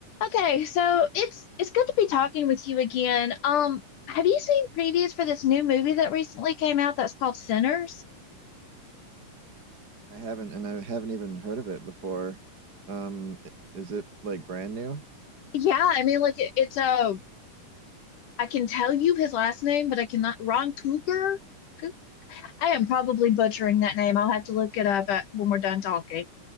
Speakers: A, on the left; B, on the right.
A: Okay, so it's it's good to be talking with you again. Um, have you seen previews for this new movie that recently came out that's called Sinners?
B: I haven't, and I haven't even heard of it before. Um, i- is it like brand new?
A: Yeah, I mean, like it, it's a I can tell you his last name, but I cannot. Ron Cougar. Cou- I am probably butchering that name. I'll have to look it up at, when we're done talking.